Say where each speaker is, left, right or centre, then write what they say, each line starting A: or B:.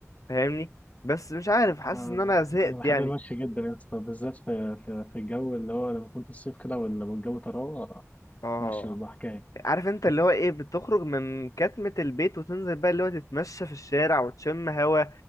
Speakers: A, on the left; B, on the left.
A: فاهمني بس مش عارف حاسس
B: آه،
A: ان انا زهقت
B: انا بحب
A: يعني
B: المشي جدا يا اسطى بالذات في, في, في الجو اللي هو لما كنت الصيف كده ولا الجو طراوه
A: اه
B: مشي بيبقى حكايه
A: عارف انت اللي هو ايه بتخرج من كتمة البيت وتنزل بقى اللي هو تتمشى في الشارع وتشم هوا